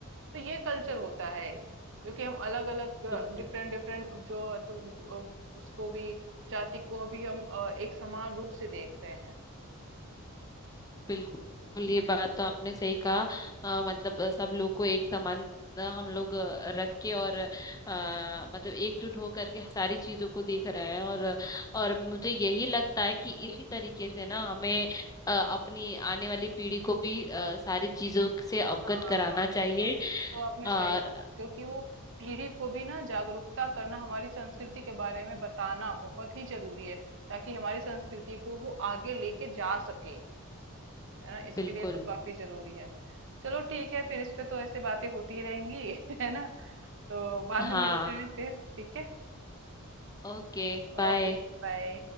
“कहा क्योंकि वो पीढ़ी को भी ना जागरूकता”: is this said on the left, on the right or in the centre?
Right